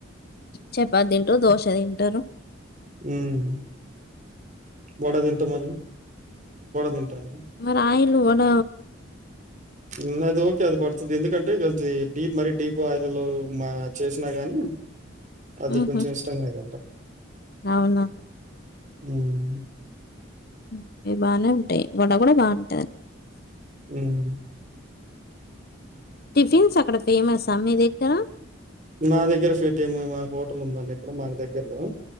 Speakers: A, on the left; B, on the right.
A: చపాతి తింటారు దోశ తింటారు
B: ఉమ్ వడ వడ తింటా వడ తింటా మళ్ళి
A: మరి ఆయిల్ వడ
B: ఉ ఇంక దో అది పడుతుంది ఎందుకంటే కొది డీప్ మరీ డీప్ ఆయిల్ లో మా చేసినా గాని అది
A: హుహు.
B: కొంచెం ఇష్టంగాదింట
A: అవునా
B: ఉమ్
A: ఉ ఇవి బానే ఉంటాయి వడ కూడా బాగుంటది
B: ఉమ్
A: టిఫిన్స్ అక్కడ ఫేమస్ హ మీ దగ్గర
B: నా దగ్గర ఫీటీఎం మా హోటల్ ఉందండి ఇక్కడ మా దగ్గర హలో